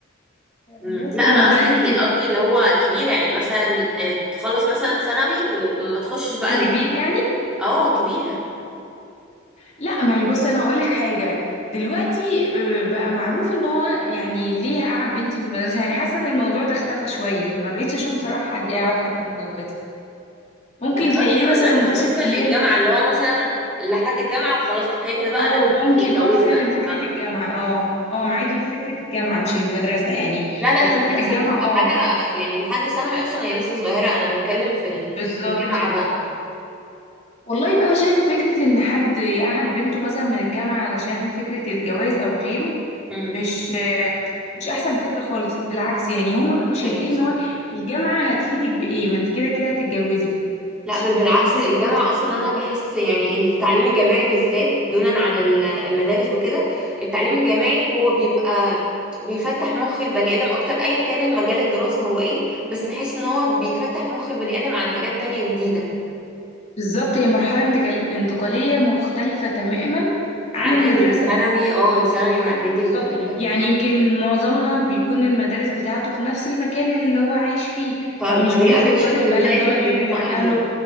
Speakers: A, on the left; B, in the centre.
A: الناس
B: مم. لا
A: لما
B: انا
A: بدات
B: قصدي
A: تت-
B: قصدي اللي هو كبيرة يعني مثلا آه، تخلص مثلا ثانوي وما تخشش بقى
A: حد
B: الجامعة
A: كبير يعني
B: اه كبيرة
A: لا ما هي بص انا هقول لك حاجه دلوقتي آه، بقى معروف ان هو يعني ليه قعد بنتي من المدرسه يعني حاسه ان الموضوع ده اختفى شويه ما بقتش اشوف
B: مم.
A: بصراحه حد يقعد حد من المدرسه ممكن
B: مش
A: تلاقيه
B: قصدي المدرسة
A: مثلا منتشر
B: ممكن
A: في الليل
B: الجامعة اللي هو مثلا لحد الجامعة وخلاص كفاية كده بقى
A: اه
B: لا
A: ممكن
B: اتجوزي
A: اه فعلا
B: بقى
A: فكره
B: فاهمة
A: الجامعه اه اه معاكي في فكره الجامعه مش المدرسه يعني
B: لا لا
A: لو
B: المدرسة
A: فكره الجامعه
B: بتبقى
A: اه
B: حاجة يعني لحد ثانوي اصلا هي لسه صغيرة انا بتكلم في ال-
A: بالظبط
B: في الجامعة بقى
A: والله بقى شايفة فكرة إن حد يقعد بنته مثلا من الجامعة علشان فكرة الجواز أو غيره
B: امم
A: مش مش أحسن فكرة خالص بالعكس يعني هما بيبقوا شايفين
B: ايوه صح
A: إن هو الجامعة هتفيدك بإيه ما أنت كده كده هتتجوزي
B: لا
A: مش
B: بل بالعكس
A: مش بتتحسي
B: الجامعة
A: كده خالص
B: أصلا أنا بحس يعني التعليم الجامعي بالذات دونا عن ال- المدارس وكده التعليم الجامعي هو بيبقى بيفتح مخ البني آدم أكتر أيا كان مجال الدراسة هو إيه بس بحس إن هو بيفتح مخ البني آدم عن حاجات تانية جديدة
A: بالظبط هي مرحلة انتقال- انتقالية مختلفة تماما
B: عن
A: عن المدرسة
B: الثانوي اه ثانوي
A: واخ-
B: وإعدادي
A: بالظبط
B: والكلام ده
A: يعني يمكن معظمنا بيكون المدارس بتاعته في نفس المكان اللي هو عايش فيه
B: فما
A: فمش
B: بيقابلش
A: بيخرج بره
B: غير
A: البلد
B: الناس
A: ولا
B: اللي
A: بيبعد
B: هم
A: عن
B: أيوه
A: أهله